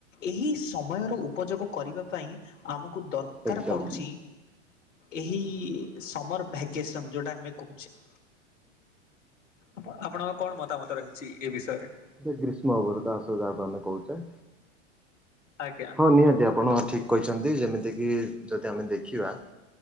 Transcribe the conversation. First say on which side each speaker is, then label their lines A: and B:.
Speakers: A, on the left; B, in the centre.
A: ଏହି ସମୟର ଉପଯୋଗ କରିବା ପାଇଁ ଆମକୁ ଦରକାର
B: ଏକଦମ
A: ପଡୁଛି ଏହି ସମର୍ ଭ୍ୟାକେସନ୍ ଯେଉଁଟା ଆମେ କହୁଛେ? ଆପ ଆପଣଙ୍କ କଣ ମତାମତ ରହିଛି ଏ ବିଷୟରେ?
B: ସେ ଗ୍ରୀଷ୍ମ ତା ସହି ଯା ଆମେ କହୁଛେ?
A: ଆଜ୍ଞା।
B: ହଁ ନିହାତି ଆପଣ ଠିକ୍ କହିଛନ୍ତି, ଯେମିତିକି ଯଦି ଆମେ ଦେଖିବା